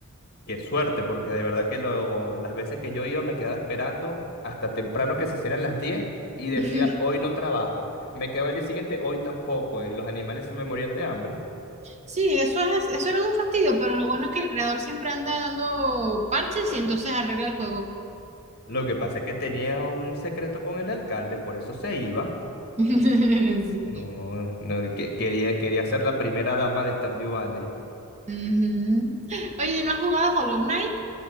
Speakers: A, on the left; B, on the right.
A: Qué suerte, porque de verdad que lo- las veces que yo iba me quedaba esperando hasta temprano que se hicieran las 10 y decía,
B: <laughs>
A: hoy no trabajo. Me quedaba el día siguiente, hoy tampoco. Y los animales se me morían de hambre.
B: Sí, eso es, eso era un fastidio, pero lo bueno es que el creador siempre anda dando parches y entonces arregla el juego.
A: Lo que pasa es que tenía un secreto con el alcalde, por eso se iba.
B: <laughs> Sí.
A: No, no, que- quería, quería ser la primera dama de Stardew Valley.
B: Ujú. Oye, ¿no has jugado Hollow Knight?